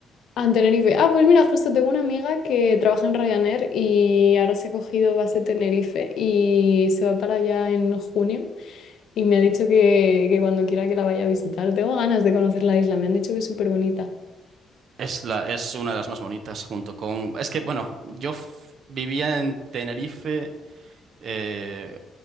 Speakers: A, on the left (about 65°); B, on the right (about 65°).
A: Ah, en Tenerife. Ah, pues mira, justo tengo una amiga que trabaja en Ryanair y ahora se ha cogido base Tenerife y se va para allá en junio y me ha dicho que, que cuando quiera que la vaya a visitar. Tengo ganas de conocer la isla, me han dicho que es súper bonita.
B: Es la, es una de las más bonitas junto con... Es que, bueno, yo f- vivía en Tenerife Eh,